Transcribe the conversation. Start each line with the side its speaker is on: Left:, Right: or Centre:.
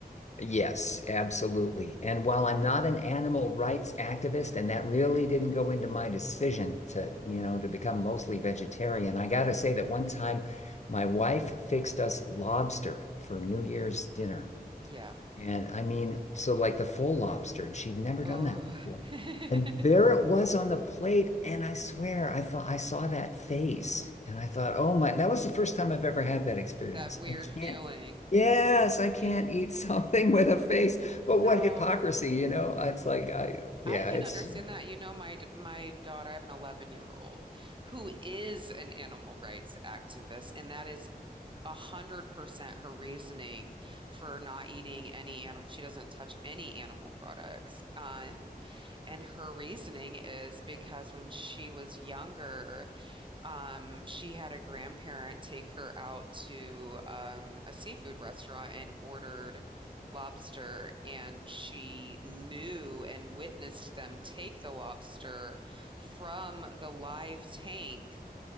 Left: Yes, absolutely. And while I'm not an animal rights activist, and that really didn't go into my decision to, you know, to become mostly vegetarian, I gotta
Right: hmm
Left: say that one time my wife fixed us lobster for New Year's dinner.
Right: Yeah.
Left: And I mean, so like the full lobster, and she'd never
Right: Oh,
Left: done that before.
Right: <laughs>
Left: And there it was on the plate, and I swear I thought I saw that face, and I thought, oh my, that was the first time I've ever had that experience.
Right: that weird
Left: I can't,
Right: feeling.
Left: yes, I
Right: You
Left: can't eat <laughs> something with a face, but
Right: know,
Left: what hypocrisy, you know? It's like I, yeah,
Right: I can
Left: it's
Right: understand that. You know, my d- my daughter, I have an 11 year old who is an animal rights activist, and that is a hundred percent her reasoning for not eating any animal. She doesn't touch any animal products. Um, and her reasoning is because when she was younger, um, she had a grandparent take her out to um, a seafood restaurant and ordered lobster, and she knew and witnessed them take the lobster from the live tank